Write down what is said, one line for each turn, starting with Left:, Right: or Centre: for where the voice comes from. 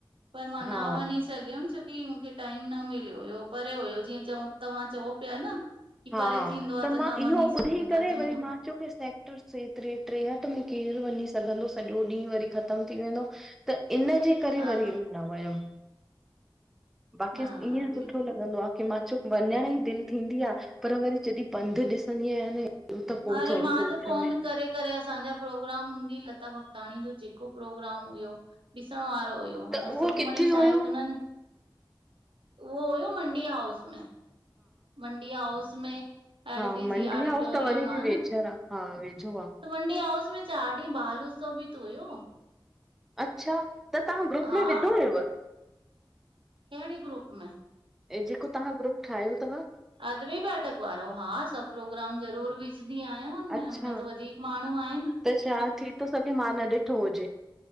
Right: पर मां
Centre: हा
Right: न वञी स सघयमि छोकी मूंखे टाइम न मिलियो हुयो, परे हुयो जीअं चयूं तव्हां चओ पिया न की
Centre: हा,
Right: परे थींदो
Centre: त
Right: आहे
Centre: मां
Right: न
Centre: इहो
Right: वञी सघूं
Centre: ॿुधी करे
Right: था त
Centre: वरी मा चयो की सेक्टर से टे स में आ त केरु वञी सघंदो सॼो ॾींहुं वरी ख़तम थी वेंदो त इनजे करे
Right: हा
Centre: वरी न वयमि। बाक़ी
Right: हा
Centre: ईअं
Right: बिल्कुलु
Centre: सुठो लॻ लॻंदो आ मां चयो वञण ई दिलि थींदी आ, पर वरी जॾहिं पंधु ॾिसंदी आहियां न त पो
Right: अरे
Centre: थोड़ो
Right: मां
Centre: सोच
Right: त फ़ोन
Centre: में
Right: करे करे असांजा प्रोग्राम हून ॾीहु लता भॻताणी जो जेको प्रोग्राम हुयो। ॾिसण वारो हुयो, मतलबु
Centre: त उहो
Right: सुखमणी
Centre: किथे हुयो?
Right: साहिब हुननि उहो हुयो मंडी हाउस में। मंडी हाउस में एलटीजी
Centre: हा मंडी
Right: ऑडिटोरियम
Centre: हाउस त वरी बि
Right: आ
Centre: वेझर
Right: न। त
Centre: आ हा वेझो आ।
Right: मंडी हाउस में चारि ॾींहं बाल उत्सव बि त हुयो।
Centre: अच्छा, त तव्हां ग्रुप
Right: हा
Centre: में विधो हुयव?
Right: कहिड़े ग्रुप में?
Centre: ऐ जेको तव्हां ग्रुप ठाहियो तव।
Right: अदवी बैठक वारो, हा सभु प्रोग्राम ज़रूर बि विझदी आहियां हुनमें,
Centre: अच्छा
Right: हुनमें त वधीक माण्हू आहिनि।
Centre: त छा थीतो सघे मां न ॾिठो हुजे।